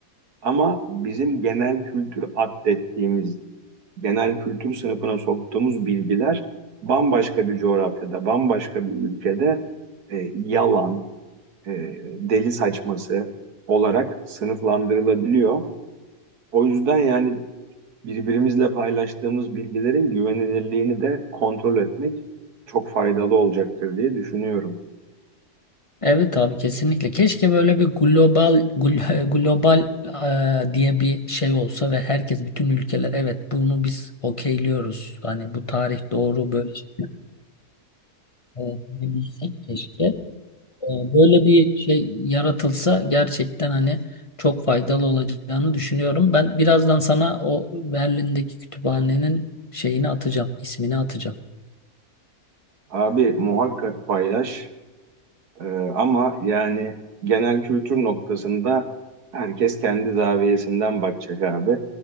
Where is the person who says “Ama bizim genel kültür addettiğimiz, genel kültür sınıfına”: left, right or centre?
Right